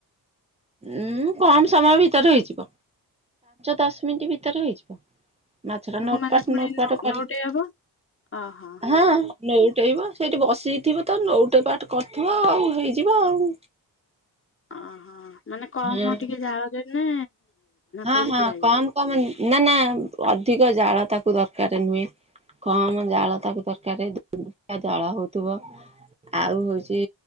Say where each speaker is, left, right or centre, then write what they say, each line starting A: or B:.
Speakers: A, on the right (about 15°); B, on the left (about 30°).
A: ଉଁ କମ ସମୟ ଭିତରେ ହେଇଯିବ। ଦଶ ମିନିଟ୍ ଭିତରେ ହେଇଯିବ। ମାଛଟା
B: ତାକୁ
A: ନଉଟ
B: ମାନେ
A: ପାଉଟ
B: ପୁଣି
A: ନୋଟପଟ
B: ନୋଉଟେଇ
A: କରି
B: ହବ ଓହୋ।
A: ହଁ ସେଇଠି ବସିଯାଇଥିବ ତ ନଉଟେ ପାଠ କରିଥିବ ଆଉ ହେଇଯିବ ଆଉ
B: ଅ ହୋ ମାନେ କମ
A: ହୁଁ।
B: ଟିକେ ଜାଳ ଦେ ନା
A: ହଁ
B: ପୋଡି
A: ହଁ
B: ପୋଡା ହେଇଯିବ।
A: କମ କମ ନା ନା ଅଧିକ ଜାଳ ତା କୁ ଦରକାର ନୁହେଁ। କମ ଜାଳ ତାକୁ ତରକାରୀ ଜଳ ହଉଥିବ ଆଉ ହଉଛି